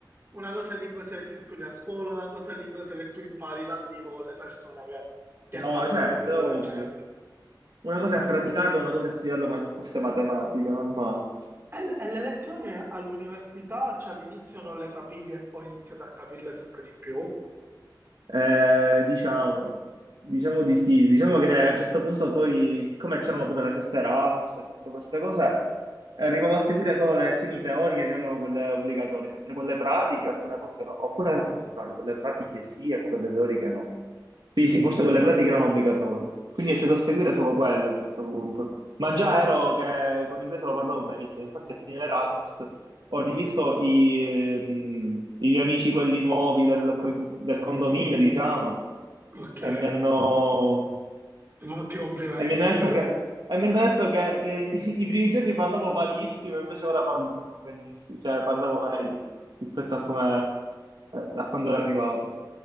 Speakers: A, on the right (about 30°); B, on the right (about 75°).
A: una cosa è l'inglese che si studia a scuola, una cosa è l'inglese che tu impari dal vivo con le persone che, che
B: No,
A: parlano
B: certo,
A: con i loro
B: è ovvio.
A: accenti.
B: Una
A: Ok.
B: cosa è praticarlo,
A: E,
B: una cosa è studiarlo come se fosse matematica, normale.
A: e le lezioni all'università, cioè all'inizio non le capivi e poi iniziate a capirle sempre di più.
B: Eh, diciamo, diciamo di sì, diciamo che a un certo punto poi, siccome c'erano pure le feste Erasmus e tutte queste cose, arrivavo a seguire solo le lezioni teoriche che erano quelle obbligatorie, mentre quelle pratiche alcune volte no, oppure al contrario, quelle pratiche sì e quelle teoriche no. Sì, sì, forse quelle pratiche erano obbligatorie, quindi è stato a seguire solo quello a un certo punto. Ma già ero che con l'inglese lo parlavo benissimo, infatti a fine Erasmus ho rivisto i, ehm, i miei amici, quelli nuovi del, co- del condominio, diciamo,
A: Ok.
B: e mi hanno,
A: Molti complimenti
B: e mi hanno
A: per,
B: detto che, e mi hanno detto che- che i primi giorni parlavo malissimo, invece ora parlo tipo benissimo, cioè parlavo meglio rispetto a come, a quando ero arrivato,